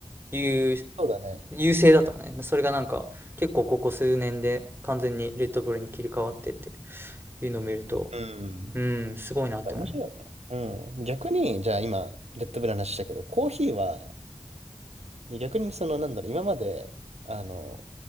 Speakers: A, on the right; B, on the right.
A: 優、
B: そうだね。
A: 優勢だったもんね。それがなんか、結構ここ数年で完全にレッドブルに切り替わってっていうのを見ると、
B: うん。
A: うん、すごいなって思う。
B: 面白いな。うん。逆に、じゃあ今、レッドブルの話したけど、コーヒーは、で逆にその、なんだろう、今まで、あの、